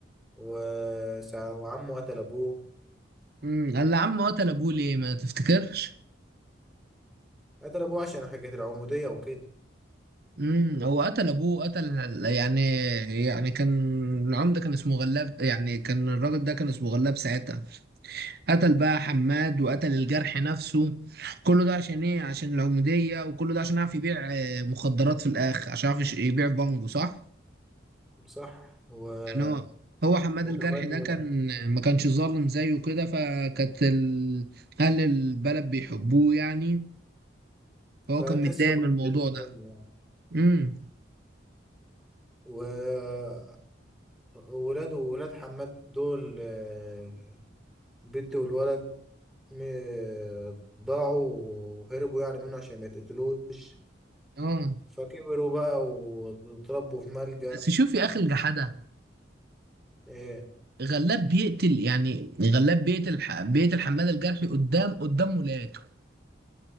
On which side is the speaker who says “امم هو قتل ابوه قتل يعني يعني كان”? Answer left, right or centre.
Right